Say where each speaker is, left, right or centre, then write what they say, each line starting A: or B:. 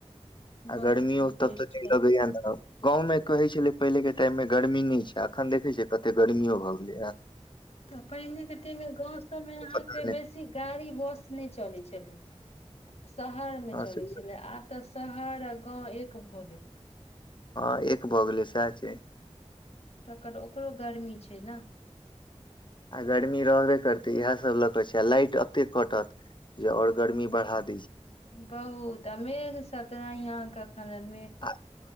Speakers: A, on the left; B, on the left.
A: आ
B: बहुत
A: गरमीयो
B: टेस्टी
A: तत्त नै
B: लग
A: लगैयै न गाँव में कहई छलै पहिले के टाइम में गर गर्मी न छै अखन देखे छियै कते गर्मियो भऽ गेलैए
B: तऽ पहिनेकेटाईममे गाँव सभमे अहाँके
A: पता नहि
B: बेसी गाड़ी बस नहि चलै छलै शहरमे
A: हँ
B: चलै
A: से
B: छलै आब तऽ स शहर आ गाँंव एक भए गेलै।
A: हँ एक भऽ गेलै सएह छै।
B: तकर ओकरो गर्मी छै ने।
A: आ गर्मी रहबे करतै यैह ल क छई आ लाईट अत्ते कटत जे और गर्मी बढ़ा दे
B: बहुत आ मेघ सेतेनाही अहांके कखनमे
A: आ